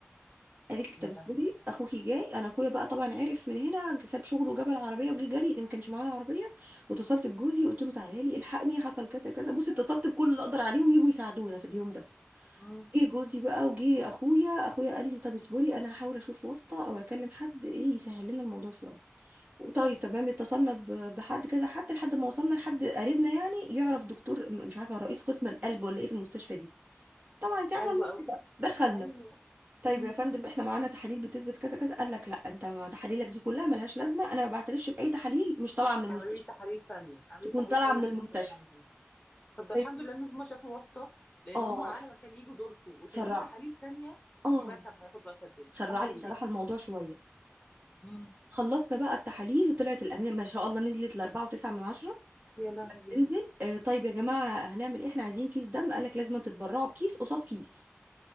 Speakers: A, on the right; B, on the left.
A: قالت لي طب
B: يا
A: اصبري
B: لهوي
A: اخوكي جاي انا اخويا بقى طبعا عرف من هنا ساب شغله وجاب العربيه وجه جري لان ما كانش معانا عربيه واتصلت بجوزي قلت له تعالى لي الحقني حصل كذا كذا بصي اتصلت بكل اللي اقدر عليهم يجوا يساعدونا في اليوم ده
B: امم
A: جه جوزي بقى وجه اخويا اخويا قال لي طب اصبري انا هحاول اشوف واسطه او اكلم حد ايه يسهل لنا الموضوع شويه طيب تمام اتصلنا ب- بحد كذا حد لحد ما وصلنا لحد قريبنا يعني يعرف دكتور م- مش عارفه رئيس قسم القلب ولا ايه في المستشفى دي طبعا انت عارفه
B: حلو
A: الموقف
B: قوي
A: بقى دخلنا
B: ايوه
A: طيب
B: امم
A: يا فندم احنا معانا تحاليل بتثبت كذا كذا قال لك لا انت ما تحاليلك دي كلها ملهاش لازمه انا ما بعترفش باي تحاليل مش طالعه من المستشفى
B: اعملوا لي تحاليل تانية اعملوا
A: تكون
B: لي تحاليل
A: طالعه
B: تانية
A: من
B: في
A: المستشفى
B: المستشفى عندنا فده
A: طيب
B: الحمد لله ان هم شافوا واسطة لان
A: اه
B: هم على ما كان يجوا دوركم وتعملوا
A: سرع
B: تحاليل تانية شوفي
A: اه
B: بقى كان هياخد وقت قد ايه
A: سرع
B: الحمد
A: لي
B: لله
A: بصراحه الموضوع شويه
B: امم
A: خلصنا بقى التحاليل وطلعت الامينه ما شاء الله نزلت ل 4.9 من 10
B: يا لهوي
A: تنزل آه طيب يا جماعه هنعمل ايه احنا عايزين كيس دم قال لك لازم تتبرعوا بكيس قصاد كيس